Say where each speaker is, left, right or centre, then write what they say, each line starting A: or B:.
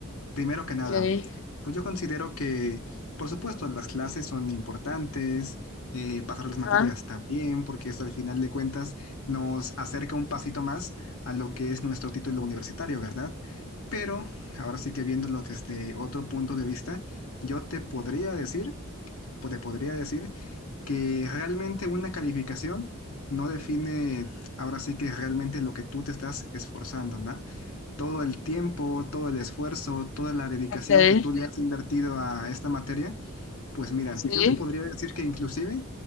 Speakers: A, on the left (about 75°); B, on the left (about 60°).
A: Primero que nada,
B: okay
A: Pues yo considero que, por supuesto, las clases son importantes, eh, pasar las materias
B: ajá,
A: también, porque eso al final de cuentas nos acerca un pasito más a lo que es nuestro título universitario, ¿verdad? Pero ahora sí que viéndolo desde otro punto de vista, yo te podría decir, pues te podría decir que realmente una calificación no define ahora sí que realmente lo que tú te estás esforzando, ¿no? todo el tiempo, todo el esfuerzo, toda la dedicación
B: okay
A: que tú le has invertido a esta materia, pues mira,
B: sí.
A: yo te podría decir que inclusive